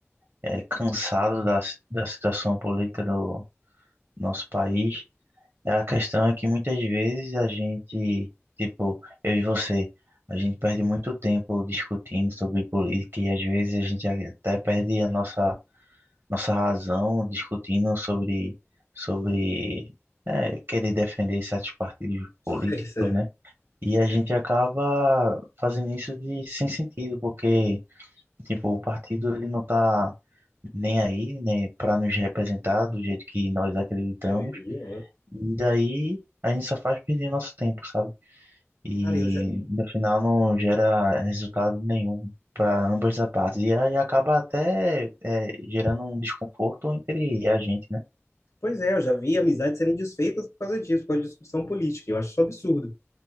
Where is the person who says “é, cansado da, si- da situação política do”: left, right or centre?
Right